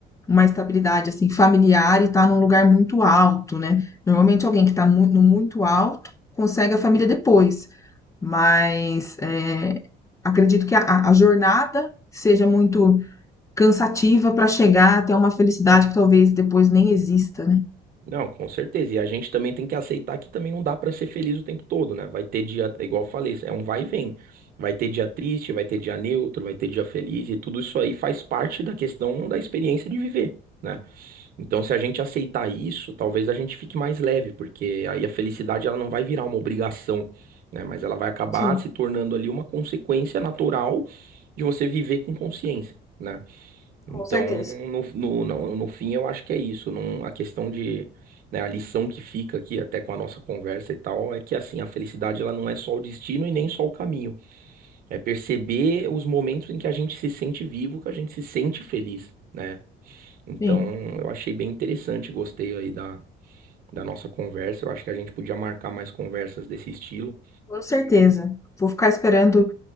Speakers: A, on the left; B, on the right.
A: uma estabilidade assim familiar e está num lugar muito alto, né? Normalmente alguém que está no muito alto consegue a família depois, mas é, acredito que a, a- a jornada seja muito cansativa para chegar até uma felicidade que talvez depois nem exista, né?
B: Não, com certeza. E a gente também tem que aceitar que também não dá pra ser feliz o tempo todo, né? Vai ter dia, é igual eu falei, é um vai e vem. Vai ter dia triste, vai ter dia neutro, vai ter dia feliz, e tudo isso aí faz parte da questão da experiência de viver, né? Então, se a gente aceitar isso, talvez a gente fique mais leve, porque aí a felicidade ela não vai virar uma obrigação, né? Mas ela vai acabar
A: Sim,
B: se tornando ali uma consequência natural de você viver com consciência. né? Então,
A: com certeza.
B: no, no, no, no fim, eu acho que é isso. Não, a questão de, né, a lição que fica aqui, até com a nossa conversa e tal, é que assim, a felicidade ela não é só o destino e nem só o caminho. É perceber os momentos em que a gente se sente vivo, que a gente se sente feliz, né? Então,
A: Sim,
B: eu achei bem interessante, gostei aí da, da nossa conversa. Eu acho que a gente podia marcar mais conversas desse estilo.
A: Com certeza. vou ficar esperando